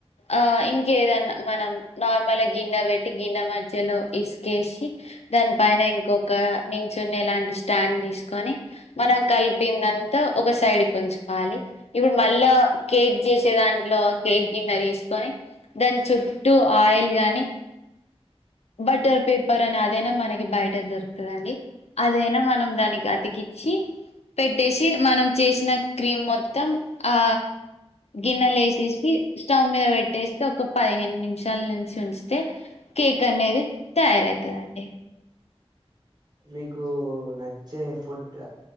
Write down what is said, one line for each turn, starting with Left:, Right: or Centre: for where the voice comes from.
Left: ఆ ఇంకేదన్నా మనం నార్మల్ గిన్నె పెట్టి గిన్నె మధ్యలో ఇసుకేసి దాని పైన ఇంకొక నించున్న ఎలాంటి స్టాండ్ తీసుకొని మనం కలిపిందంతా ఒక సైడ్ ఉంచుకోవాలి కలపాలి ఇప్పుడు మళ్ళా కేక్ చేసే దాంట్లో కేక్ గిన్నె తీసుకొని దాని చుట్టూ ఆయిల్ గాని బట్టర్ పేపర్ అని అదైనా మనకి బయట దొరుకుతుందండి అదైనా మనం దానికి అతికిచ్చి పెట్టేసి మనం చేసిన క్రీమ్ మొత్తం ఆ గిన్నెలు వేసేసి స్టవ్ మీద పెట్టేస్తే ఒక పదిహేను నిమిషాల నుంచి ఉంచితే కేక్ అనేది తయారవుతుందండి
Right: మీకు నచ్చే ఫుడ్